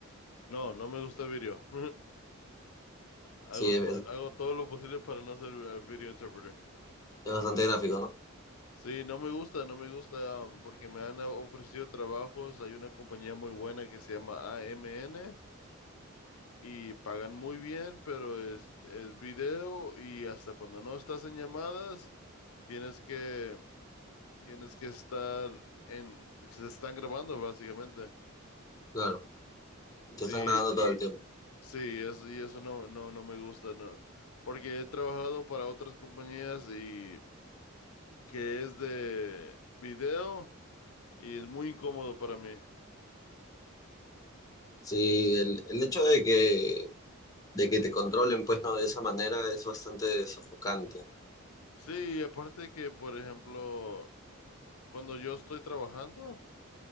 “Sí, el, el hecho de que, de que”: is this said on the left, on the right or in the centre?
Left